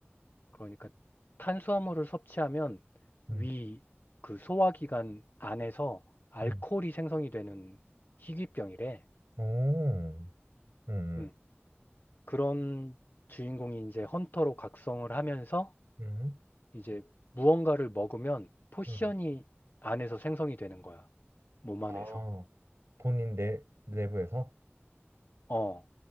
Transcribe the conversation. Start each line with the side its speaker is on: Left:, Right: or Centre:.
Left: 그러니까 탄수화물을 섭취하면
Right: 음,
Left: 위 그 소화기관 안에서 알코올이
Right: 음.
Left: 생성이 되는 희귀병이래.
Right: 오, 음,
Left: 음, 그런 주인공이 이제 헌터로 각성을 하면서
Right: 음,
Left: 이제 무언가를 먹으면 포션이
Right: 음.
Left: 안에서 생성이 되는 거야. 몸 안에서.
Right: 아, 본인 내, 내부에서?
Left: 어.